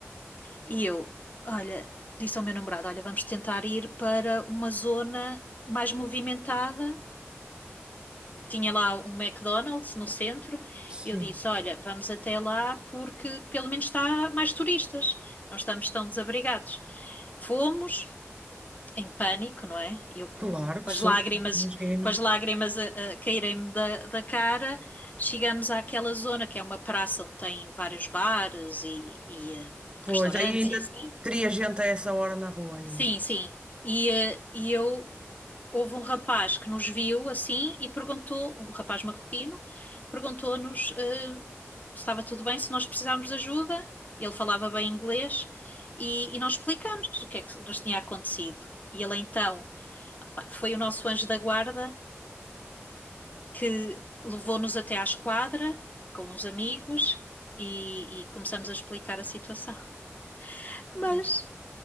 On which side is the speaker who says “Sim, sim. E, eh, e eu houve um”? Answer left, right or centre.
Left